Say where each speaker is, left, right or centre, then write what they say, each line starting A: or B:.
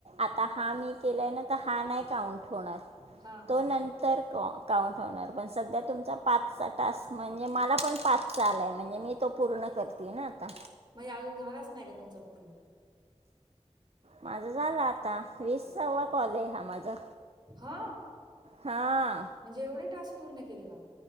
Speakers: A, on the right; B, on the right.
A: आता हा मी केलाय ना तर हा नाही काउंट होणार
B: हां
A: तो
B: हां
A: नंतर अकाउंट होणार पण सध्या तुमचा पाचचा टास्क म्हणजे मला पण पाच चा आला आहे म्हणजे मी तो पूर्ण करतेय ना आता
B: म्हणजे अजून झालाच नाही का तुमचं पूर्ण
A: माझं झालं आता वीस सव्वा कॉल हा माझा
B: हा
A: हां
B: म्हणजे एवढे टास्क पूर्ण केले का